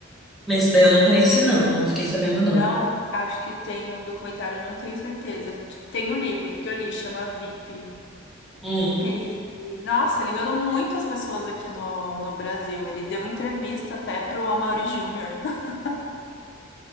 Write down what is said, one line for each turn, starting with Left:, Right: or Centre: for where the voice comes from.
Centre: Mas Esse daí eu não conheci, não. Não fiquei sabendo, não.
Left: Não, acho que tem um documentário, não tenho certeza. Tem o livro que eu li, chama VIP.
Centre: Hum.
Left: Ele, nossa, ele enganou muitas pessoas aqui no, no Brasil. Ele deu entrevista até pro Amaury Júnior. <laughs>